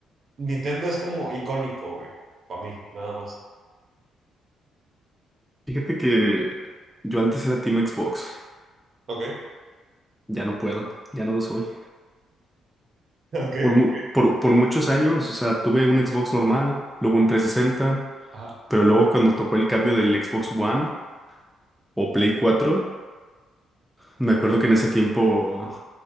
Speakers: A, on the right; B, in the centre.
A: Nintendo es como icónico, güey. Para mí, nada más.
B: Fíjate que yo antes era Team Xbox.
A: Ok. <laughs>
B: Ya no puedo, ya no lo soy.
A: Ok,
B: Por,
A: ¿por
B: mu-
A: qué?
B: por, por muchos años, o sea, tuve un Xbox normal, luego un trescientos sesenta
A: Ajá.
B: pero luego cuando tocó el cambio del Xbox One o Play cuatro Me acuerdo que en ese tiempo,